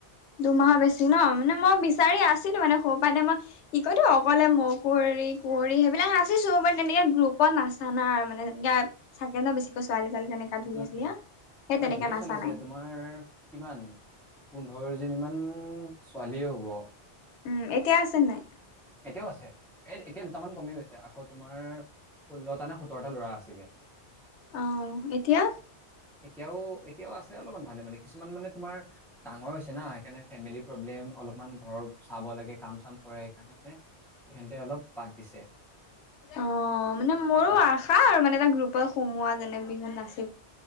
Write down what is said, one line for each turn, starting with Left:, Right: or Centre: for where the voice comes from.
Left: দুমাহৰ বেছি ন মানে মই বিচাৰি আছো সেই মানে স প নে মই কি কতো অকলে ম কী কোঁ সেইিলাক নাচিছো বু তেনেকে গ্ৰুপত ত নাচানাই আৰু মানে যেনে চাগে ন বেছিকৈ ছোৱালী ছোৱালী তেনেকা ঢুলীয়া
Centre: উম
Left: চুলীয়া
Centre: উম
Left: সেই
Centre: আমাৰ
Left: তেনেকে
Centre: ঢেৰ
Left: নাচা
Centre: ছোৱালি আছিলে
Left: নাই।
Centre: তোমাৰ কিমান পোন্ধৰজনীমান ছোৱালীয়ে হ'ব
Left: উম এতিয়া আছে নাই
Centre: এতিয়াও আছে এ এতিয়া দুটামান কমি গৈছে আকৌ তোমাৰ ষোল্লটা নে সোতৰটা ল'ৰা আছিলে
Left: অ এতিয়া
Centre: এতিয়াও এতিয়াও আছে অলপমান ভালে মানে কিছুমান মানে তোমাৰ ডাঙৰ হৈছে না সেইকাৰণে ফেমেলি প্ৰব্লেম অলপমান ঘৰৰ চাব লাগে কাম চাম কৰে সেইকাৰণে মানে সহেঁতে অলপ বাদ দিছে
Left: অ মানে মোৰো
Centre: গ্ৰুপ-
Left: আশা আৰু মানে এটা গ্ৰুপত সোমোৱা যেনে বিহুনাচিম